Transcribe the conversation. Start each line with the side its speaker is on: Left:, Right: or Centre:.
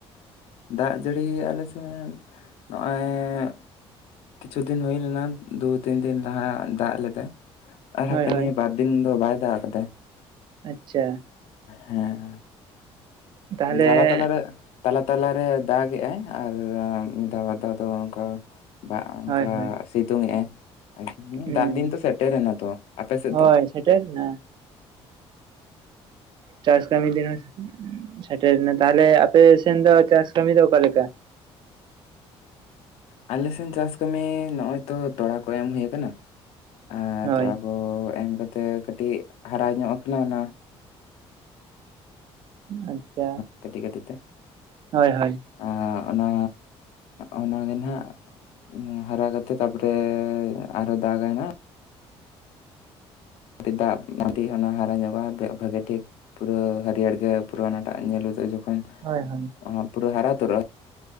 Left: ᱫᱟᱜ ᱡᱟᱹᱲᱤ ᱟᱞᱮ ᱥᱮᱫ ᱱᱚᱜᱼᱚ ᱚᱭ ᱠᱤᱪᱷᱩ ᱫᱤᱱ ᱦᱩᱭ ᱞᱮᱱᱟ ᱫᱩ ᱛᱤᱱ ᱫᱤᱱ ᱞᱟᱦᱟ ᱫᱟᱜ ᱞᱮᱫᱟᱭ, ᱟᱨ
Right: ᱦᱳᱭ
Left: ᱦᱟᱯᱮ
Right: ᱦᱳᱭ
Left: ᱱᱤᱭᱟᱹ ᱵᱟᱨ ᱫᱤᱱ ᱫᱚ ᱵᱟᱭ ᱫᱟᱜ ᱟᱠᱟᱫᱟᱭ
Right: ᱟᱪᱪᱷᱟ
Left: ᱦᱮᱸ
Right: ᱛᱟᱦᱚᱞᱮ
Left: ᱫᱟᱞᱟ ᱛᱟᱞᱟ ᱨᱮ ᱛᱟᱞᱟ ᱛᱟᱞᱟᱨᱮ ᱫᱟᱜ ᱜᱮᱟᱭ ᱟᱨ ᱢᱤᱫ ᱫᱷᱟᱣ ᱵᱟᱨ ᱫᱷᱟᱣ ᱫᱚ ᱚᱱᱠᱟ ᱵᱟ ᱚᱱᱠᱟ
Right: ᱦᱳᱭ ᱦᱳᱭ
Left: ᱥᱤᱛᱩᱝ ᱮᱟᱭ
Right: ᱦᱩᱸ
Left: ᱫᱟᱜ ᱫᱤᱱ ᱛᱚ ᱥᱮᱴᱮᱨᱮᱱᱟ ᱛᱚ ᱟᱯᱮ ᱥᱮᱫ
Right: ᱦᱳᱭ
Left: ᱫᱚ?
Right: ᱥᱮᱴᱮᱨᱱᱟ ᱪᱟᱥ ᱠᱟᱹᱢᱤ ᱫᱤᱱ ᱦᱚᱸ ᱥᱮᱴᱮᱨ ᱮᱱᱟ, ᱛᱟᱦᱚᱞᱮ ᱟᱯᱮ ᱥᱮᱱ ᱫᱚ ᱪᱟᱥ ᱠᱟᱹᱢᱤ ᱫᱚ ᱚᱠᱟᱞᱮᱠᱟ?
Left: ᱟᱞᱮ ᱥᱮᱱ ᱪᱟᱥ ᱠᱟᱹᱢᱤ ᱱᱚᱜ-ᱚᱭ ᱛᱚ ᱛᱚᱲᱟ ᱠᱚ ᱮᱢ ᱦᱩᱭᱩᱜ ᱠᱟᱱᱟ ᱟᱨ
Right: ᱦᱳᱭ
Left: ᱛᱚᱲᱟ ᱠᱚ ᱛᱚ ᱮᱢ ᱠᱟᱛᱮ ᱠᱟᱹᱴᱤᱡ ᱦᱟᱨᱟ ᱧᱚᱜ ᱟᱠᱟᱱᱟ ᱚᱱᱟ
Right: ᱟᱪᱪᱷᱟ
Left: ᱠᱟᱹᱛᱤᱡ ᱠᱟᱹᱛᱤᱡ ᱛᱮ
Right: ᱦᱳᱭ ᱦᱳᱭ
Left: ᱟᱨ ᱚᱱᱟ ᱚᱱᱟᱜᱮ ᱱᱟᱜ ᱦᱟᱨᱟ ᱠᱟᱛᱮᱜ ᱛᱟᱨᱯᱚᱨᱮ ᱟᱨᱦᱚ ᱫᱟᱜᱟᱭ ᱦᱟᱜ ᱾ ᱯᱴᱤ ᱫᱟ ᱢᱴᱤ ᱚᱱᱟᱱᱟ <unintelligible> ᱦᱟᱨᱟ ᱧᱚᱜᱚᱼᱟ ᱚᱱᱟᱜᱮ ᱴᱷᱤᱠ ᱯᱩᱨᱟᱹ ᱦᱟᱹᱨᱭᱟᱹᱲ ᱜᱮ ᱯᱩᱨᱟᱹ ᱟᱱᱟᱴᱟᱜ ᱧᱮᱞᱜᱚᱫᱚᱼᱟ ᱡᱚᱠᱷᱚᱱᱼᱼ
Right: ᱦᱚᱭ ᱦᱚᱭ
Left: ᱚ ᱯᱩᱨᱟᱹ ᱦᱟᱨᱟ ᱩᱛᱟᱹᱨᱚᱜ-ᱟ ᱾